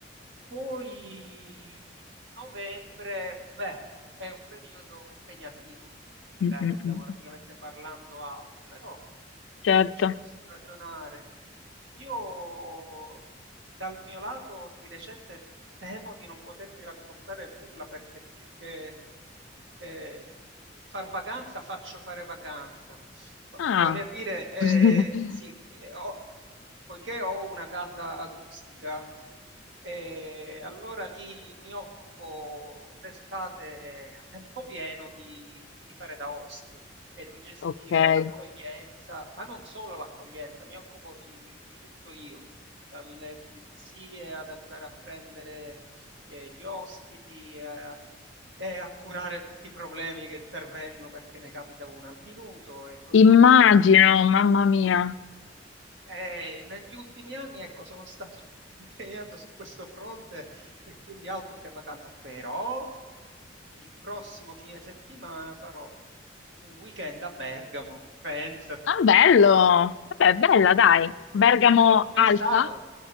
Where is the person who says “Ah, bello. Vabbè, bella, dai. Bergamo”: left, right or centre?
Left